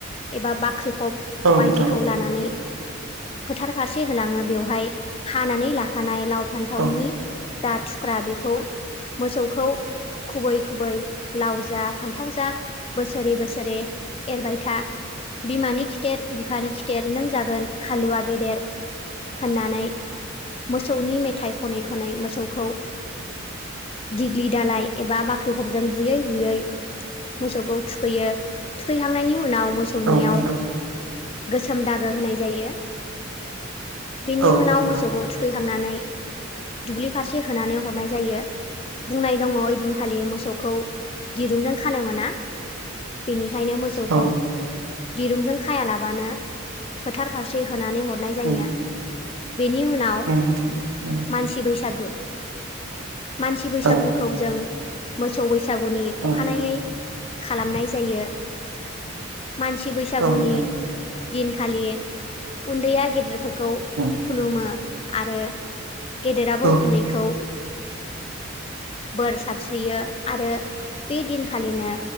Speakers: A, on the left; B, on the right.
A: एबा बाख्रिफब
B: औ नोंथां
A: बायदिखौ लानानै फोथार फारसे होलाङो बेवहाय हानानै लाखानाय लाव फान्थावनि
B: औ
A: जा थुख्रा बेखौ मोसौखौ खुबै खुबै लाव जा फान्थाव जा बोसोरे बोसोरे एरबाय था बिमानि खिथेर बिफानि खिथेर नों जागोन हालुवा गेदेर होननानै मोसौनि मेथाइ खनै खनै मोसौखौ दिग्लि दालाय एबा बाख्रिखबजों बुयै बुयै मोसौखौ थुखैयो थुखैखांनायनि उनाव मोसौ मोसौनियाव
B: औ नोंथां
A: गोसोम दागो होनाय जायो बिनि
B: औ
A: उनाव
B: नोंथां
A: मोसौखौ थुख थुखैहांनानै दुब्लि फारसे होनानै हरनाय जायो बुंनाय दङ'। दिनखालि मोसौखौ दिरुंजों खानो मोना। बेनिखायनो मोसौखौ
B: औ
A: दिरुंजों खायालाबानो फोथार फारसे होनानै हरनाय जायो
B: उम
A: बेनि उनाव
B: उम नोंथां उम
A: मानसि बैसागु मानसि बैसागुखौ
B: औ
A: जों मोसौ बैसागुनि अखानायै
B: औ
A: खालामनाय जायो। मानसि बैसागुनि
B: नोंथां
A: दिनखालि उन्दैया गेदेरफोरखौ
B: औ
A: खुलुमो आरो गेदेराबो
B: औ
A: उन्दैखौ बोर साबस्रियो आरो बे दिनखालिनो